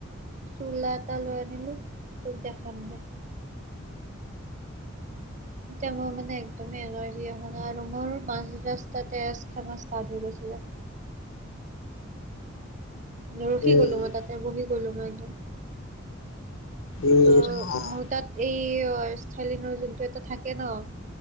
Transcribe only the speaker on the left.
উম,
এই
ৰাম